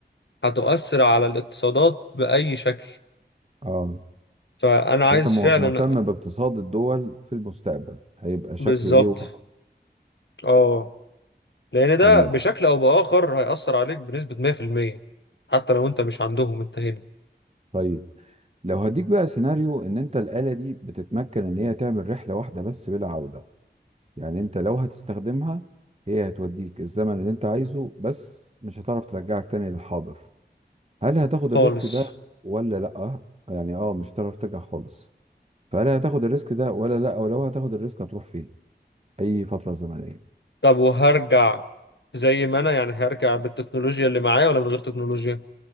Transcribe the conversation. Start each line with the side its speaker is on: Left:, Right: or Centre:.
Left: هتؤثر على الاقتصادات باي شكل
Right: آه
Left: فانا عايز
Right: أنت مه-
Left: فعلا
Right: مهتم باقتصاد الدول في المستقبل هيبقى شكله
Left: بالظبط
Right: إيه ووضعه
Left: اه لان ده
Right: جميل
Left: بشكل او باخر هيأثر عليك بنسبة 100% حتى لو انت مش عندهم انت هنا
Right: طيب لو هديك بقى سيناريو إن أنت الآلة دي بتتمكن إن هي تعمل رحلة واحدة بس بلا عودة يعني انت لو هتستخدمها هي هتوديك الزمن اللي انت عايزه بس مش هتعرف ترجعك تاني للحاضر هل هتاخد
Left: خالص
Right: الريسك ده ولا لا يعني اه مش هتعرف ترجع خالص فهل هتاخد الريسك ده ولا لا ولو هتاخد الريسك هتروح فين اي فترة زمنية
Left: طب وهرجع زي ما انا يعني هرجع بالتكنولوجيا اللي معايا ولا من غير تكنولوجيا